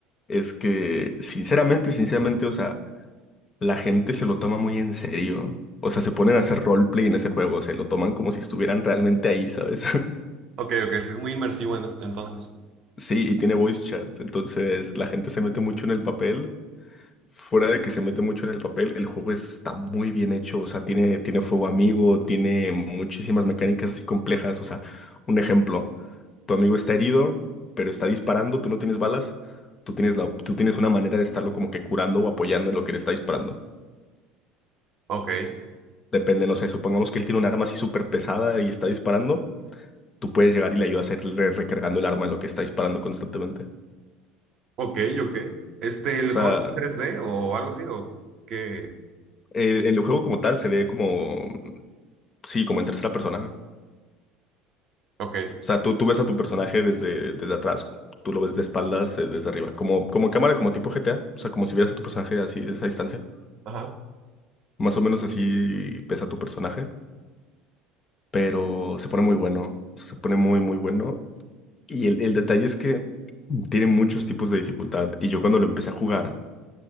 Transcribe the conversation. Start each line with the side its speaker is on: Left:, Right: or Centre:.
Left: es que, sinceramente, sinceramente, o sea, la gente se lo toma muy en serio. O sea, se ponen a hacer roleplay en ese juego, se lo toman como si estuvieran realmente ahí, ¿sabes? <laughs>
Right: Ok, ok. Sí, es muy inmersivo en es- entonces.
Left: Sí, y tiene voice chat, entonces la gente se mete mucho en el papel Fuera de que se mete mucho en el papel, el juego está muy bien hecho, o sea, tiene, tiene fuego amigo, tiene muchísimas mecánicas así complejas, o sea, un ejemplo, tu amigo está herido, pero está disparando, tú no tienes balas, tú tienes la, tú tienes una manera de estarlo como que curando o apoyando en lo que le está disparando.
Right: Ok.
Left: Depende, no sé, supongamos que él tiene un arma así súper pesada y está disparando, tú puedes llegar y le ayudas a ir re- recargando el arma en lo que está disparando constantemente. O
Right: Ok, ok. Este, el
Left: sea,
Right: juego es 3D o algo así, o qué.
Left: eh, el juego como tal se ve como, sí, como en tercera persona.
Right: Ok.
Left: O sea, tú, tú ves a tu personaje desde, desde atrás, tú lo ves de espaldas, eh, desde arriba, como, como en cámara, como tipo GTA, o sea, como si vieras a tu personaje así, de esa distancia.
Right: Ajá.
Left: Más o menos así pesa tu personaje, pero se pone muy bueno, o sea, se pone muy, muy bueno. Y el, el detalle es que tiene muchos tipos de dificultad, y yo cuando lo empecé a jugar,